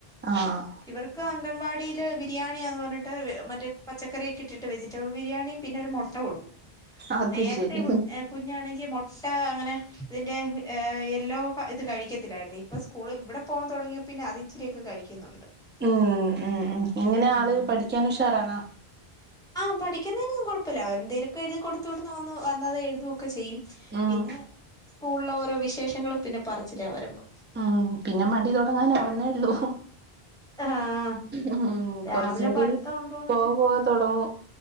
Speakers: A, on the right; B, in the centre.
A: ആഹ്
B: ഇവർക്ക് അംഗൻവാടിയില് ബി രിയാണിയാന്ന് പറഞ്ഞിട്ട് മറ്റേ പച്ചക്കറി ഇട്ടിട്ടു വെജിറ്റബിൾ ബിരിയാണിം പിന്നെ ഒരു മുട്ട കൊടുക്കും
A: അത്
B: നേരത്തെ
A: ശരി
B: കുഞ്ഞാണെങ്കി മൊ അങ്ങനെ ഇതിന്റെ യെല്ലോ ഇത് കഴിക്കത്തില്ലായിരുന്നു ഇപ്പ സ്കൂൾ ഇവടെ പോകാൻ തൊടങ്ങിയ പിന്നെ അതിച്ചിരിയൊക്കെ കഴിക്കുന്നുണ്ട്
A: ഉം ഉം ഉം എങ്ങനെ
B: ഉം
A: ആള് പഠിക്കാൻ ഉഷാറാണോ
B: ആ പഠിക്കുന്നതിനൊന്നും കൊഴപ്പല്ല അവരെന്തേലൊക്കെ എഴുതി കൊടുത്ത് വിടുന്ന വന്ന് വന്നത് എഴുതൊക്കെ ചെയ്യും
A: ഉം
B: പിന്നെ സ്കൂളിലെ ഓരോ വിശേഷങ്ങളും പിന്നെ പറച്ചിലാ വരുമ്പോ
A: ഉം പിന്നെ മടി തൊടങ്ങാനാവുന്നേള്ളൂ
B: ആഹ്
A: ഉം
B: രാവിലെ
A: കൊറ്ച്ചൂടിം
B: പഠിത്തം ഉണ്ടോന്നൊക്കെ
A: പോകെ പോകെ തൊടങ്ങും